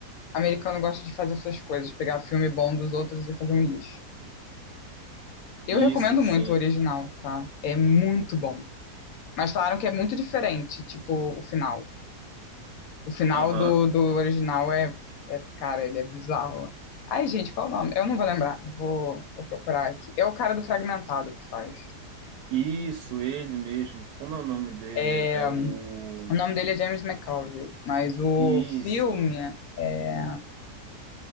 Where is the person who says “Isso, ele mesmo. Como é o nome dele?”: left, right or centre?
Right